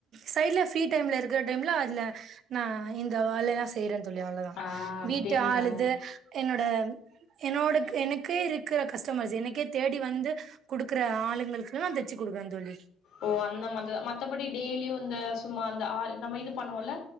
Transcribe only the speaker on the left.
ஆ அப்டிங்களா?
ஓ அந்த மாத மத்தபடி டெய்லியு இந்த சும்மா அந்த ஆள் நம்ம இது பண்ணுவோல்ல